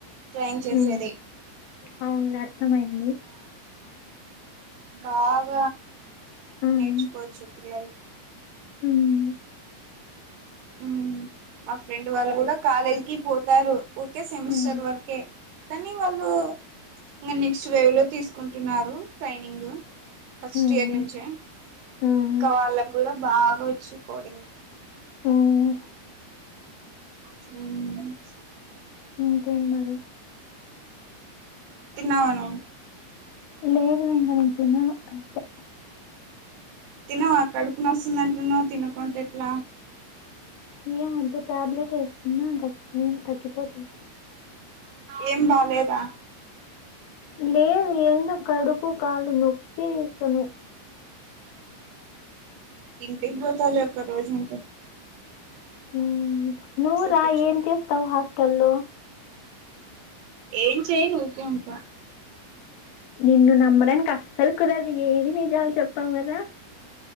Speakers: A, on the right; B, on the left.
A: ట్రైన్ చేసేది.
B: మ్మ్. అవునులే అర్థం అయింది.
A: బాగ
B: మ్మ్.
A: నేర్చుకోవచ్చు పిల్లలు.
B: మ్మ్.
A: ఉమ్ మా ఫ్రెండ్ వాళ్ళు కూడ కాలేజ్ కి పోతారు ఊకే సెమిస్టర్
B: మ్మ్.
A: వరకే కానీ వాళ్ళు ఇంకా నెక్స్ట్ వేవ్ లో తీసుకుంటున్నారు ట్రైనింగ్. ఫస్ట్
B: మ్మ్.
A: ఇయర్ నుంచే,
B: మ్మ్.
A: ఇంకా వాళ్ళకు కూడ బాగా వచ్చు కోడింగ్
B: మ్మ్.
A: సెవెన్ మినిట్స్
B: ఇంకేం మరి
A: తిన్నావ నువ్వు?
B: లేదు ఇంక నేను తినను అంతే
A: తిను కడుపు నోస్తుంది అంటున్నావ్ తినకుంటే ఎట్ల
B: ఏమ్ వద్దు టాబ్లెట్ వేసుకున్నా ఇంక ఏం తగ్గిపోతుందిలె
A: ఏం బాలేదా?
B: లేేదు ఎందో కడుపు కాలు నొప్పి చేస్తన్నాయి
A: ఇంటికి పోతావులే ఒక్క రోజుంటె
B: మ్ నువ్వు
A: చూపించుకో
B: రా ఏం చేస్తావు హాస్టల్లో
A: ఏం చెయ్యను ఊరికె ఉంటా
B: నిన్ను నమ్మడానికి అస్సలు కుదరదు ఏది నిజాలు చెప్పవు కదా